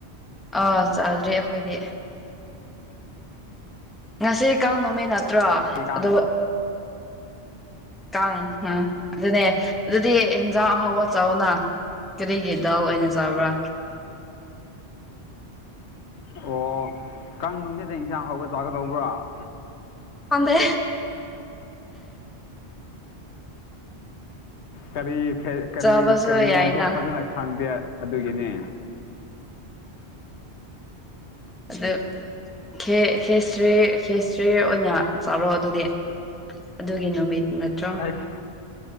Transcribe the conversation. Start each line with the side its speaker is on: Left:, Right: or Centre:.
Centre: ꯑꯥ ꯆꯥꯗ꯭ꯔꯤ ꯑꯩꯈꯣꯏꯗꯤ ꯉꯁꯤ ꯀꯥꯡ ꯅꯨꯃꯤꯠ ꯅꯠꯇ꯭ꯔꯣ
Left: ꯀꯥꯡ
Centre: ꯑꯗꯣ ꯀꯥꯡ ꯑ ꯑꯗꯨꯅꯦ ꯑꯗꯨꯗꯤ ꯏꯟꯖꯥꯡ ꯑꯍꯥꯎꯕ ꯆꯥꯎꯅꯥ ꯀꯔꯤꯒꯤ ꯗꯥꯜ ꯑꯣꯏꯅ ꯆꯥꯕ꯭ꯔꯥ
Left: ꯑꯣ ꯀꯥꯡ ꯅꯨꯃꯤꯠꯇ ꯏꯟꯁꯥꯡ ꯑꯍꯥꯎꯕ ꯆꯥꯒꯗꯧꯕ꯭ꯔꯥ
Centre: ꯗꯦ
Left: ꯀꯔꯤ ꯐꯦ ꯀꯔꯤ
Centre: ꯆꯥꯕꯁꯨ
Left: ꯀꯔꯤꯅꯣꯁꯨ
Centre: ꯌꯥꯏꯅ
Left: ꯐꯖꯅ ꯈꯪꯗꯦ ꯑꯗꯨꯒꯤꯅꯦ
Centre: ꯑꯗꯨ ꯈꯦ ꯈꯦꯆ꯭ꯔꯤ ꯈꯦꯆ꯭ꯔꯤ ꯑꯣꯏꯅ ꯆꯥꯔꯣ ꯑꯗꯨꯗꯤ ꯑꯗꯨꯒꯤ ꯅꯨꯃꯤꯠ ꯅꯠꯇ꯭ꯔꯣ
Left: ꯑꯩꯁ